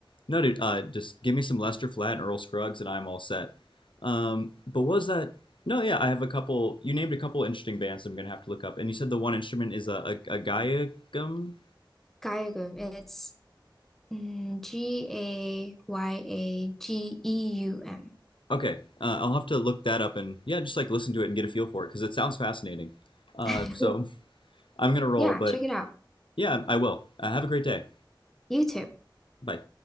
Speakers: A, on the left (about 75°); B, in the centre.
A: No, dude, uh, just give me some Lester Flat and Earl Scruggs, and I'm all set. Um, but was that? No, yeah, I have a couple. You named a couple interesting bands I'm gonna have to look up, and you said the one instrument is a a, a gaiagum.
B: Gayageum. It's mm, G-A-Y-A-G-E-U-M.
A: Okay, uh, I'll have to look that up and yeah, just like listen to it and get a feel for it because it sounds fascinating. Uh,
B: <laughs>
A: so I'm gonna roll,
B: Yeah,
A: but
B: check it out.
A: yeah, I will. Uh, have a great day.
B: YouTube.
A: Bye.